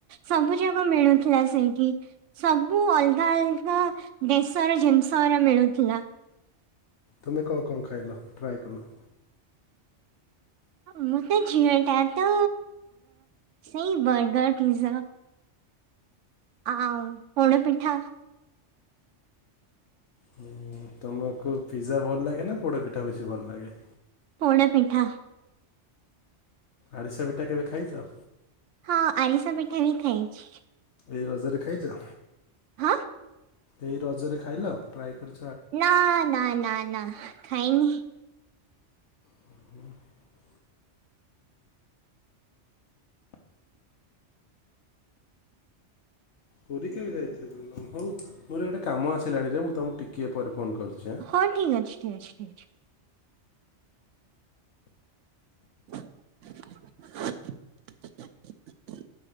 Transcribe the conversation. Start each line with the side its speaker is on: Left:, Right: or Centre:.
Right: ସବୁ ଯାକ ମିଳୁଥିଲା ସେଇଠି। ସବୁ ଅଲଗା ଅଲଗା ଦେଶର ଜିନିଷ ରା ମିଳୁଥିଲା।
Left: ତୁମେ କଣ, କଣ ଖାଇଲ ଟ୍ରାଏ କଲ?
Right: ମୁଁ ତ ଝିଅଟା ତ ସେଇ ବର୍ଗର, ପିଜ୍ଜା। ଉ ପୋଡ଼ ପିଠା
Left: ହଁ ତମକୁ ପିଜା ଭଲ ଲାଗେ, ନା ପୋଡ ପିଠା ବେଶୀ ଭଲ ଲାଗେ?
Right: ପୋଡ଼ପିଠା।
Left: ଆଣିଷ ପିଟା କେବେ ଖାଇଛ?
Right: ହଁ ଆରିଷା ପିଠା ବି ଖାଇଛି।
Left: ଏ ରଜାରେ ଖାଇଛ?
Right: ହାଁ?
Left: ଏଇ ରଜରେ ଖାଇଲ? ଟ୍ରାଏ କରି
Right: ନା, ନା, ନା, ନା ଖାଇନି।
Left: <inaudible> ପୁରୀ କେବେ ଯାଇଥିଲ? ହଉ ମୋର ଗୋଟେ କାମ ଆସିଲାଣିରେ, ମୁଁ ତମକୁ ଟିକିଏ ପରେ ଫୋନ କରିଛିଁ।
Right: ହଠିକ୍ ଅଛି ଠିକ ଅଛି ଅଛି। <unintelligible>